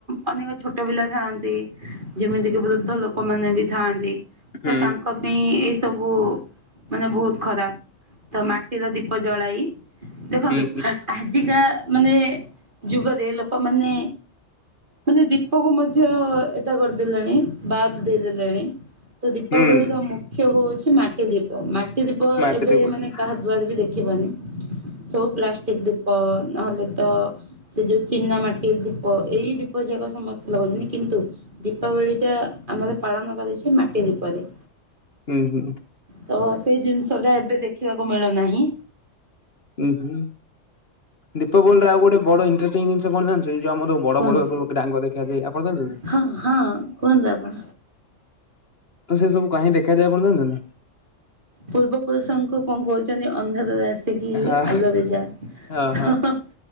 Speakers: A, on the right; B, on the left.
A: ଅନେକ ଛୋଟ ପିଲା ଥାଆନ୍ତି, ଯେମିତି କିି ବୃଦ୍ଧ ଲୋକମାନେ ବି ଥାଆନ୍ତି ତ
B: ହୁଁ
A: ତାଙ୍କ ପାଇଁ ଏଇ ସବୁ ମାନେ ବହୁତ ଖରାପ ତ ମାଟିର ଦୀପ ଜଳାଇ ଦେଖନ୍ତୁ?
B: ହୁଁ
A: ଆଜିକା ମାନେ ଯୁଗରେ ଲୋକମାନେ ମାନେ ଦୀପକୁ ମଧ୍ୟ ଏକା କରିଦେଲେଣି ବାଦ ଦେଇଦେଲେଣି? ତ ଦୀପାବଳିର
B: ହୁଁ
A: ମୁଖ୍ୟ ହଉଛି ମାଟି ଦୀପ। ତମାଟିଦୀପ
B: ମାଟି
A: ଏବେ
B: ଦେଇ କରୁଛନ୍ତି
A: ମାନେ କାହା ଦ୍ଵାରବି ଦେଖିବନି। ସେଇ ପ୍ଲାଷ୍ଟିକ ଦୀପ ନହେଲେତ ସେଯୋଉ ଚିନା ମାଟି ଦୀପ ଏଇ ଦୀପ ଯାକ ସମସ୍ତେ ଲଗାଉଚନ୍ତି କିନ୍ତୁ ଦୀପାବଳିଟା ଆମର ପାଳନ କରାହଇଚି ମାଟି ଦୀପରେ
B: ହୁଁ ହୁଁ।
A: ତସେଇ ଜିନିଷଟା ଏବେ ଦେଖିବାକୁ ମିଳୁନାହିଁ।
B: ଉୁଁ ହୁଁ ଦୀପାବଳିରେ ଆଉ ଗୋଟେ ବଡ଼ ଇଣ୍ଟଟିଂ ଜିନିଷ କଣ ଜାଣିଚନ୍ତି ଯଉ ଆମର ବଡ଼
A: କୁହନ୍ତୁ
B: ବଡ଼ ଡ଼ାଙ୍ଗ ଦେଖାଯାଏ ଆପଣ ଜାଣିଚନ୍ତି?
A: ହଁ ହଁ କୁହନ୍ତୁ ଆପଣ।
B: ତ ସେସବୁ କାହିଁ ଦେଖାଯାଇ ଆପଣ ଯାଣିଚନ୍ତି?
A: ପୂର୍ବ ପୁରୁଷଙ୍କୁ କଁ କହୁଚନ୍ତି ଅନ୍ଧାରେ ଆସି ଆସିକି
B: ହଁ
A: ଆଲୁଅରେ ଯାଅ
B: ହଁ ହଁ